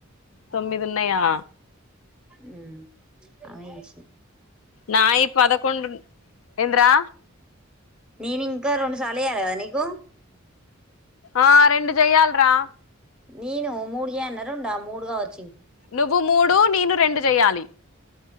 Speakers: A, on the left (about 75°); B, in the centre.
A: తొమ్మిది ఉన్నాయా
B: ఉమ్ అవే చేసి
A: నాయి పదకొండు ఏంద్రా
B: నేను ఇంకా రెండు సార్లు వయాలి కదా నీకు
A: ఆ రెండు చెయ్యాలరా
B: నేను మూడుగా రెండా మూడుగా వచ్చా
A: నువ్వు మూడు నేను రెండు చెయాలి